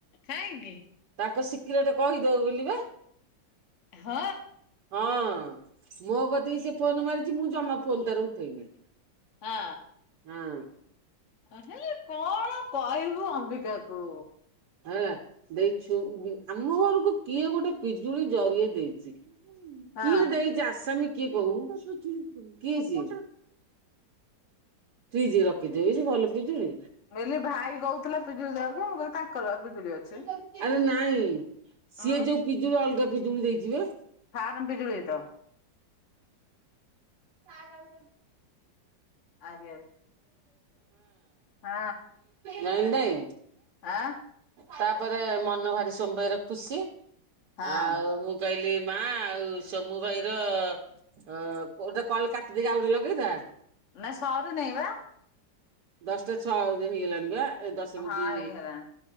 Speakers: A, on the left (about 50°); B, on the right (about 65°).
A: କାହିଁକି
B: ତାଙ୍କ ସିକ୍ରେଟ କହିଦଅ ବୋଲିବା।
A: ହ।
B: ହଁ ମୋ କତିକି ସେ ଫୋନ ମାରିଛି ମୁଁ ଜମା ଫୋନ ତାର ଉଠେଇନି।
A: ହଁ।
B: ଆଁ,
A: ଆ, ହେଲେ କଣ କହିବୁ ଅମ୍ବିକା କୁ।
B: ଆଁ, ଦେଖି ଗୁଁ, ଆମ ଘରକୁ କିଏ ଗୋଟେ ପିଜୁଳି ଜରିଏ ଦେଇଛି।
A: ହଁ ମୁଁ
B: କିଏ ଦେଇଚି ଆସାମୀ କିଏ କୋଉ, କିଏ ସେ ଫ୍ରୀଜ୍ ରେ ରଖିଦେବି ସେ ଭଲ ପିଜୁଳି।
A: ମୁଁ କହିଲି ଭାଇ କଉଥିଲା ପିଜୁଳି ଦବାକୁ ମୁଁ କିହି ତାଙ୍କର ପା ପିଜୁଳି ଅଛି।
B: ଆରେ ନାଇଁ ସିଏ
A: ଅଁ,
B: ଯୋଉ ପିଜୁଳି ଅଲଗା ପିଜୁଳି ଦେଇଚି ବା।
A: ଫାରମ ପିଜୁଳି ହେଇଥିବ।
B: ହଁ।
A: ଆରିଆରେ ହଁ
B: ନାଇ, ନାଇ।
A: ଆଁ
B: ତାପରେ ମନ ଭାରି ସୋସ ବାଇର ଖୁସି।
A: ହଁ
B: ଆଉ ମୁଁ କହିଲି ମା ଆଉ ସୋମୁ ଭାଇର ଅ, ଗୋଟେ କଲ୍ କାଟିଦେଇ, ଆଉ ଗୋଟେ ଲଗେଇଦା।
A: ନା ସରି ନେଇ ବା।
B: ଦଶଟା ଛଅ ହେଇଗଲାଣି ବା। ଏ ଦଶ ମିନଟି
A: ହଁ ହେଇଗଲାଣି